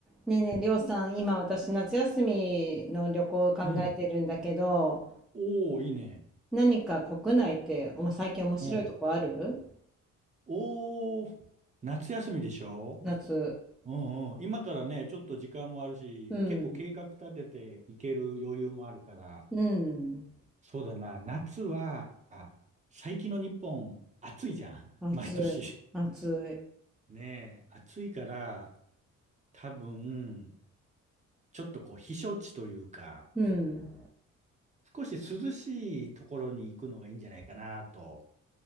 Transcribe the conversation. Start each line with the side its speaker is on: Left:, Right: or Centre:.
Centre: ねえねえ、りょうさん、今私夏休みの旅行を考えてるんだけど、
Right: うん。おー、いいね。
Centre: 何か国内っておも最近面白いとこある
Right: うん。おー、夏休みでしょ
Centre: 夏。
Right: うんうん。今からね、ちょっと時間もあるし、
Centre: うん。
Right: 結構計画立てていける余裕もあるから、
Centre: うん。
Right: そうだな、夏は、あ最近の日本、暑いじゃん。
Centre: 暑い。
Right: <laughs> 毎年。
Centre: 暑
Right: ねえ、暑いから、多分、ちょっとこう、避暑地というか、
Centre: い。うん。
Right: 少し涼しいところに行くのがいいんじゃないかなと